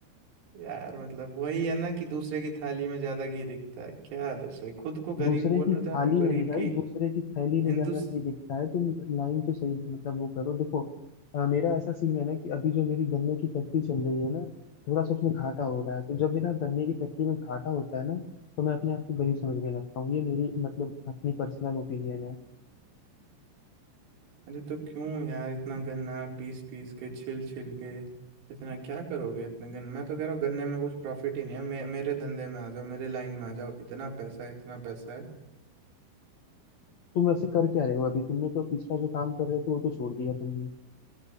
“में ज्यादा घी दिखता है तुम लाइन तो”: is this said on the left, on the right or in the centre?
Left